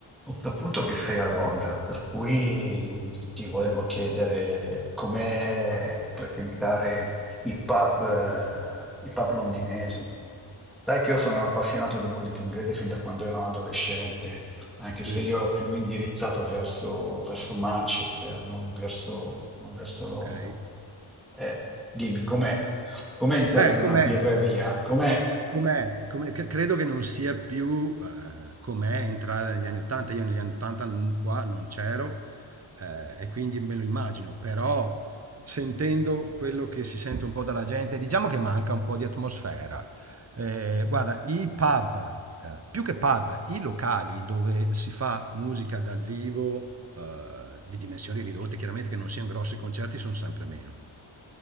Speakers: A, in the centre; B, on the right.
A: Ho saputo che sei a Londra, per cui ti volevo chiedere com'è frequentare i pub, eh, i pub londinesi. Sai che io sono un appassionato di musica inglese fin da quando ero un adolescente, anche se
B: Vedi,
A: io ero più indirizzato verso, verso Manchester, non verso, non verso
B: okay.
A: Londra. Eh, dimmi, com'è? Com'è entrare
B: Eh,
A: in
B: com'è?
A: una birreria? Com'è?
B: Com'è? Come c credo che non sia più, ehm, com'è entrare negli anni '80. Io negli anni '80 n qua non c'ero, ehm, e quindi me lo immagino, però sentendo quello che si sente un po' dalla gente, diciamo che manca un po' di atmosfera. Ehm, guarda, i pub, ehm, più che pub, i locali dove si fa musica dal vivo, ehm, di dimensioni ridotte, chiaramente che non sian grossi concerti, son sempre meno.